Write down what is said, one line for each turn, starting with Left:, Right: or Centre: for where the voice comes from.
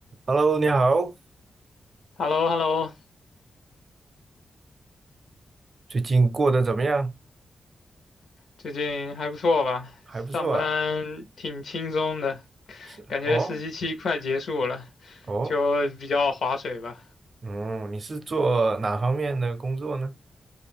Right: Hello，你好，
Left: h e l l o h e l l o
Right: 最近过得怎么样？
Left: 最近还不错吧？
Right: 还不错啊。
Left: 上班挺轻松的，
Right: 是哦
Left: 感觉实习期快结束了，
Right: 哦，
Left: 就比较划水吧。
Right: 嗯，你是做哪方面的工作呢？